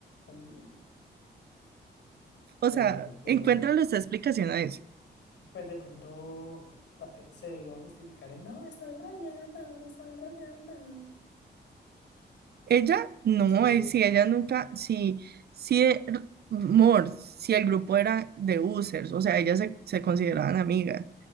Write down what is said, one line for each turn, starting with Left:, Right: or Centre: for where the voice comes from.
Left: oh.
Right: O
Left: Pero,
Right: sea,
Left: pero,
Right: encuéntrale esta explicación a eso.
Left: pues de pronto pa- se iba a justificar. en, No, estaba rodeando, estaba rodeando.
Right: Ella, no,
Left: Sí.
Right: eh, si ella nunca, si, si, eh, r- amor, si el grupo era de users, o sea, ellas se, se consideraban amigas.